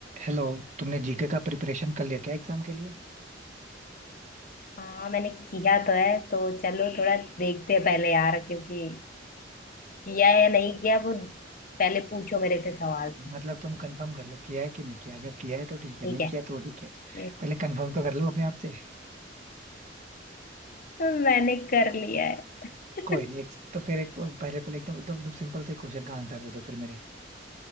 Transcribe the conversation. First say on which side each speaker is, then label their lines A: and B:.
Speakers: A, on the right (about 40°); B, on the left (about 50°).
A: Hello तुमने GK का preparation कर लिया क्या एग्जाम के लिए
B: हाँ मैंने किया तो है तो चलो थोड़ा देखते हैं पहले यार क्योंकि किया है या नहीं किया वो पहले पूछो मेरे से सवाल तुम,
A: मतलब तुम कंफर्म कर लो किया है कि नहीं किया अगर किया है तो ठीक है
B: ठीक
A: नहीं किया तो ठीक है
B: है <laughs>
A: पहले कंफर्म तो कर लो अपने आप से
B: हम्म, मैंने कर लिया है <laughs>
A: कोई नहीं एक तो फिर एक पहले पहले एकदम एकदम एकदम सिंपल से क्वेश्चन का आंसर दे दो फिर मेरे